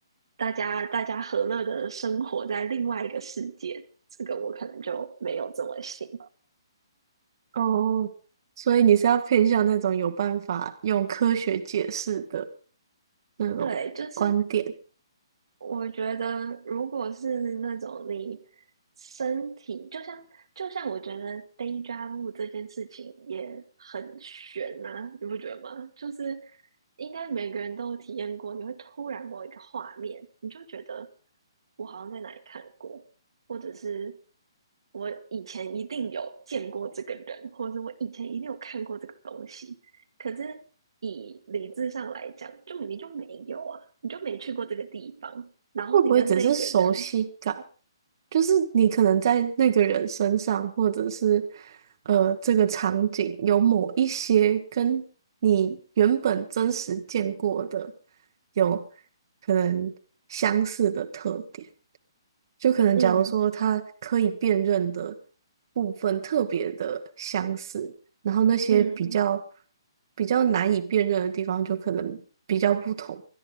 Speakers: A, on the right; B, on the right.
A: 大家大家和乐的生活在另外一个世界，这个我可能就没有这么信。
B: 哦，所以你是要偏向那种有办法用科学解释的那种观点，
A: 对，就是。我觉得，如果是那种你身体，就像就像我觉得 day job 这件事情也很悬呐、你不觉得吗？就是应该每个人都有体验过，你会突然某一个画面，你就觉得我好像在哪里看过，或者是我以前一定有见过这个人，或者是我以前一定有看过这个东西。可是以理智上来讲，就你就没有啊，你就没去过这个地方，然后你跟这一个人，
B: 会不会只是熟悉感？就是你可能在那个人身上，或者是呃这个场景有某一些跟你原本真实见过的有可能相似的特点。就可能假如说它可以辨认的
A: 嗯
B: 部分特别的相似，然后那些比较
A: 嗯
B: 比较难以辨认的地方就可能比较不同，